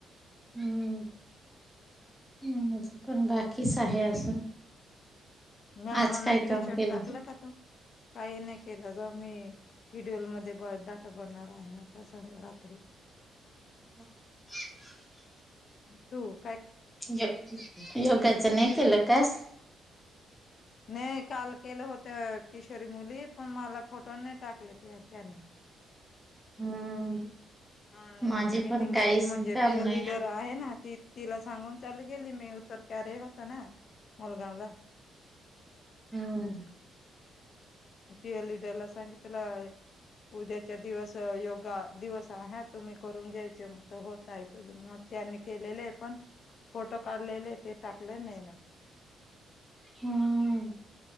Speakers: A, in the centre; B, on the left (about 55°).
A: हम्म पण बाकीच आहे अजून?
B: मॅडमना
A: आज काय
B: स्क्रीन
A: काम
B: शॉट
A: केलं
B: टाकला का तू? काही नाही केलं गं मी कीडल मध्ये परत दाटा भरणार आहे आता रात्री.
A: <unintelligible>
B: तु.
A: य योगाचा नाही केला क्लास.
B: नाही काल केलं होत किशोरी मुली पण मला फोटो नाही टाकले त्यांनी.
A: हम्म
B: हा
A: माझे
B: मीटिंग
A: पण काहीच
B: घेतली म्हणजे
A: काम
B: पीयल
A: नाही.
B: लीडर आहे ना ती तिला सांगून चालू केली मी. तर काय रे हो! ना मलगाव ला-
A: हम्म.
B: त्या लिडरला सांगितलं उद्याच्या दिवस योगा दिवस- हा तुम्ही करून घ्यायचे मग होत आहे मग त्यांनी केलेले आहे पण. फोटो काढलेले ते टाकले नाही ना?
A: हम्म